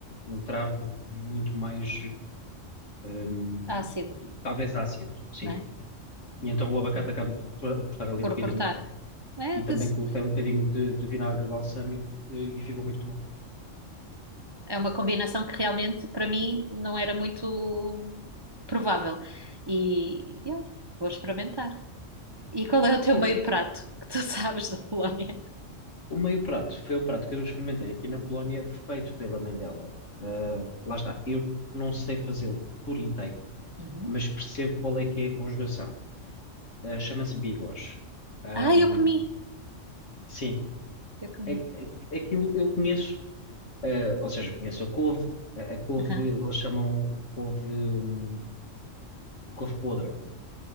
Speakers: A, on the left (about 70°); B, on the right (about 25°).
A: um travo muito mais, eh, hum,
B: Ácido,
A: talvez ácido, sim.
B: né?
A: E então o abacate
B: Sim.
A: acaba por custar, custar ali
B: Por
A: um bocadinho.
B: cortar. É,
A: E também
B: desse-
A: coloquei um bocadinho de, de vinagre balsâmico, eh, e ficou muito bom.
B: É uma combinação que realmente para mim não era muito provável. E, e olha, vou experimentar. E qual é o teu
A: Sim,
B: meio prato <laughs> que tu sabes da Polónia?
A: O meio prato foi um prato que eu experimentei aqui na Polónia, feito pela mãe dela. Ah, lá está, eu não sei fazê-lo por inteiro,
B: Uhum.
A: mas percebo qual é que é a conjugação. Ah, chama-se bigos. Ahm,
B: Ah, eu comi,
A: sim,
B: eu comi.
A: é- é- aquilo eu conheço, ah, ou seja, conheço a couve, a, a couve
B: Aham.
A: eles chamam couve, hum, couve podre. Ah,